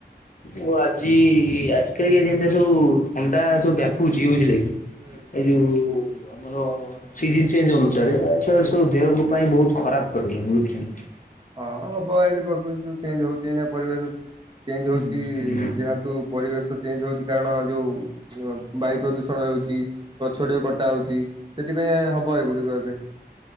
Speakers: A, on the left; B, on the right.
A: ମୁଁ ଆଜି ଆଜି କାଲିକା ଯେମିତି ସବୁ ଥଣ୍ଡା ସବୁ ବ୍ୟାପୁଛି ବୁଝିଲେ କି?
B: ହୁଁ।
A: ଏଇ ଯୋଉ ଆମର ସିଜିନ୍ ଚେଞ୍ଜ ଅନୁସାରେ ସେ
B: ହୁଁ
A: ସବୁ ଦେହ ପାଇଁ ବୋହୁତ୍ ଖରାପ୍। <unintelligible>
B: ହଁ ହବ ଏଇନା ପ୍ରକୃତି ଯୋଉ ଚେଞ୍ଜ ହୋଉଚି ଏଇନା ପରିବେଶ ଚେଞ୍ଜ
A: ହୁଁ
B: ହୋଉଚି ଯେହେତୁ ପରିବେଶ ଚେଞ୍ଜ ହୋଉଚି କାରଣ ଯୋଉ ବାୟୁ ପ୍ରଦୂଷଣ ହେଉଚି ଗଛ ଯୋଉ କଟା ହୋଉଚି ସେଥିପାଇଁ ଆଉ ହବ ଏଗୁଡ଼ିକ ଏବେ।